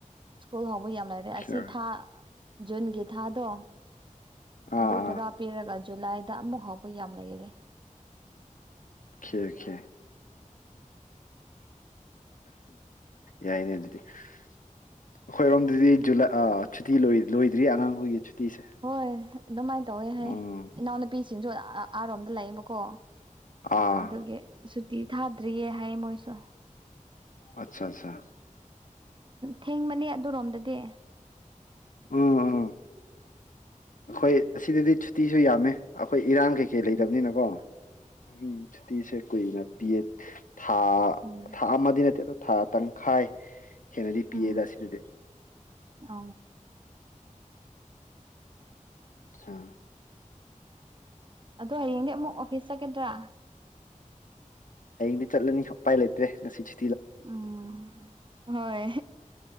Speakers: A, on the right; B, on the left.
A: ꯁ꯭ꯀꯨꯜ ꯍꯥꯎꯕ ꯌꯥꯝ ꯂꯩꯥꯏꯔꯦ
B: ꯑꯣꯀꯦ
A: ꯑꯁꯤ ꯊꯥ ꯖꯨꯟꯒꯤ ꯊꯥꯗꯣ
B: ꯑꯥ
A: ꯑꯗꯨ
B: ꯑꯥ
A: ꯄꯨꯔꯥ ꯄꯤꯔꯒ ꯖꯨꯂꯥꯏꯗ ꯑꯃꯨꯛ ꯐꯥꯎꯕ ꯌꯥꯝ ꯂꯩꯔꯦ
B: ꯈꯦ ꯍꯦ ꯌꯥꯏꯅꯦ ꯑꯗꯨꯗꯤ ꯑꯩꯈꯣꯏꯔꯣꯝꯗꯗꯤ ꯖꯨꯂꯥꯏ ꯁꯨꯇꯤ ꯂꯣꯏꯗ꯭ꯔꯤ ꯑꯉꯥꯡꯈꯣꯏꯒꯤ ꯁꯨꯇꯤꯁꯦ
A: ꯍꯣꯏ ꯑꯗꯨꯃꯥꯏꯅ ꯇꯧꯋꯦ
B: ꯎꯝ
A: ꯍꯥꯏ ꯏꯅꯥꯎꯅꯨꯄꯤꯁꯤꯡꯁꯨ ꯑꯥꯔꯣꯝꯗ ꯂꯩꯕꯀꯣ
B: ꯑꯥ
A: ꯑꯗꯨꯒꯤ ꯁꯨꯇꯤ ꯊꯥꯗ꯭ꯔꯤꯌꯦ ꯍꯥꯏ ꯃꯣꯏꯁꯨ
B: ꯑꯆꯥ ꯑꯠꯆꯥ
A: ꯊꯦꯡꯕꯅꯦ ꯑꯗꯨꯔꯣꯝꯗꯗꯤ
B: ꯎꯝ ꯎꯝ ꯑꯩꯈꯣꯏ ꯑꯁꯤꯗꯗꯤ ꯁꯨꯇꯤꯁꯨ ꯌꯥꯝꯃꯦ ꯑꯩꯈ ꯑꯩꯈꯣꯏ ꯏꯔꯥꯡ ꯀꯩꯀꯩ ꯂꯩꯇꯕꯅꯤꯅꯀꯣ
A: ꯎꯝ
B: ꯎ ꯁꯨꯇꯤꯁꯦ ꯀꯨꯏꯅ ꯄꯤꯌꯦ ꯊꯥ
A: ꯎꯝ
B: ꯊꯥ ꯑꯃꯗꯤ ꯅꯠꯇꯦ ꯑꯗꯣ ꯊꯥ ꯇꯪꯈꯥꯏ ꯍꯦꯟꯅꯗꯤ
A: ꯎꯝ
B: ꯄꯤꯌꯦꯗ ꯁꯤꯗꯨꯗꯤ
A: ꯑ
B: ꯑꯆꯥ <inaudible>
A: ꯑꯗꯣ ꯍꯌꯦꯡꯗꯤ ꯑꯃꯨꯛ ꯑꯣꯐꯤꯁ ꯆꯠꯀꯗ꯭ꯔꯥ
B: ꯍꯌꯦꯡꯗꯤ ꯆꯠꯂꯅꯤ ꯎꯄꯥꯏ ꯂꯩꯇ꯭ꯔꯦ ꯉꯁꯤꯁꯦ
A: ꯎꯝ ꯍꯣꯏ